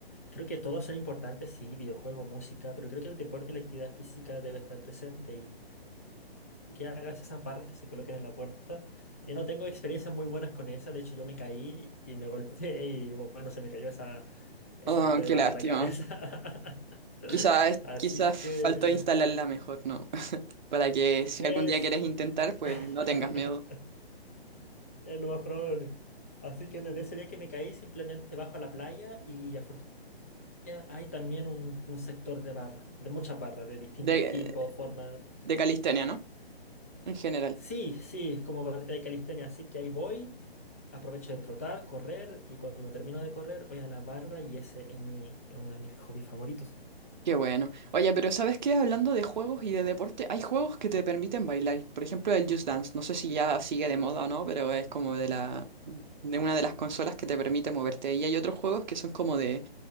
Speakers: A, on the left (about 15°); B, on the right (about 45°).
A: Creo que todos son importantes, sí, videojuego, música, pero creo que el deporte y la actividad física debe estar presente que hagas esas barras que se coloquen en la puerta. Yo no tengo experiencias muy buenas con esa, de hecho yo me caí y me golpeé y bueno, se me cayó esa, ese
B: Oh,
A: tipo de
B: qué
A: barra
B: lástima.
A: en la cabeza. <laughs>
B: Quizás,
A: Así
B: quizás
A: que,
B: faltó instalarla mejor, ¿no? <laughs> Para que si
A: pues,
B: algún día quieres intentar, pues
A: <laughs>
B: no tengas miedo.
A: es lo más probable. Así que desde ese día que me caí, simplemente bajo a la playa y afortunadamente hay también un, un sector de barras, de muchas barras, de distintos
B: De,
A: tipos, formas.
B: de calistenia, ¿no? En general.
A: Sí, sí, es como barrita de calistenia, así que ahí voy, aprovecho de trotar, correr y cuando termino de correr voy a la barra y ese es mi, es uno de mis hobbies favoritos.
B: Qué bueno. Oye, pero ¿sabes qué? Hablando de juegos y de deporte, hay juegos que te permiten bailar. Por ejemplo, el Just Dance. No sé si ya sigue de moda o no, pero es como de la, de una de las consolas que te permite moverte. Y hay otros juegos que son como de